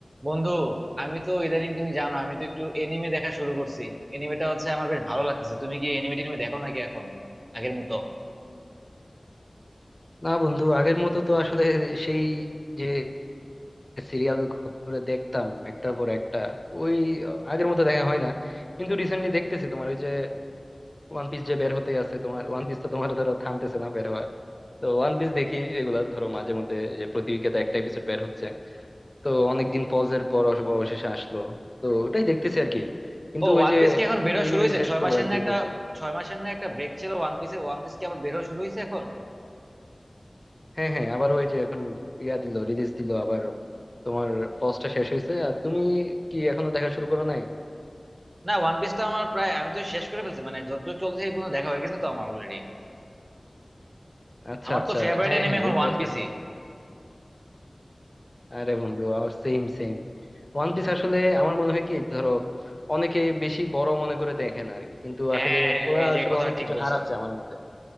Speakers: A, on the right; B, on the left.
A: বন্ধু আমি তো ইদানিং তুমি জানো আমি তো একটু এনিমে দেখা শুরু করছি এনিমেটা হচ্ছে আমার বেশ ভালো লাগতেছে তুমি কি এনিমে টিনিমে দেখো নাকি এখন আগের মতো
B: না বন্ধু আগের মতো তো আসলে সেই যে সিরিয়াল করে দেখতাম একটার পর একটা ওই আগের মতো দেখা হয় না কিন্তু রিসেন্টলি দেখতেছি তোমার ওই যে ওয়ান পিস যে বের হতে আছে তোমার ওয়ান পিস তো তোমার ধরো থামতেছে না বের হওয়া তো ওয়ান পিস দেখি রেগুলার ধরো মাঝে মধ্যে যে প্রতি উইকে একটা এপিসোড বের হচ্ছে তো অনেকদিন পজের পর অবশ- অবশেষে আসলো তো ওটাই দেখতেছি আর কি কিন্তু
A: ও ওয়ান
B: ওই যে
A: পিস কি এখন বেরো
B: অ্যানিমে
A: শুরু হয়েছে
B: যে শেষ
A: ছয়
B: করবো
A: মাসের
B: একদিন
A: না একটা
B: বসে
A: ছয় মাসের না একটা ব্রেক ছিল ওয়ান পিসে ওয়ান পিস কি আবার বেরো শুরু হয়েছে এখন
B: হ্যাঁ হ্যাঁ আবার ওই যে এখন ইয়া দিল রিলিজ দিল আবার তোমার পজটা শেষ হয়েছে আর তুমি কি এখনো দেখা শুরু করো নাই
A: না ওয়ান পিস তো আমার প্রায় আমি তো শেষ করে ফেলছি মানে যতদূর চলছে এই পর্যন্ত দেখা হয়ে গেছে তো আমার অলরেডি
B: আচ্ছা
A: আমার
B: আচ্ছা
A: তো ফেভারিট
B: হ্যাঁ
A: এনিমে
B: হ্যাঁ
A: এখন
B: ওই
A: ওয়ান
B: পজটা
A: পিসই
B: শেষ হয়েছে। আরে বন্ধু আমার সেম সেম ওয়ান পিস আসলে আমার মনে হয় কি ধরো অনেকে বেশি বড় মনে করে দেখে না আর কি কিন্তু
A: হ্যাঁ
B: আসলে ওরা
A: এই যে
B: আসলে
A: কথা
B: অনেক
A: ঠিক
B: কিছু
A: বলছো
B: হারাচ্ছে আমার মতে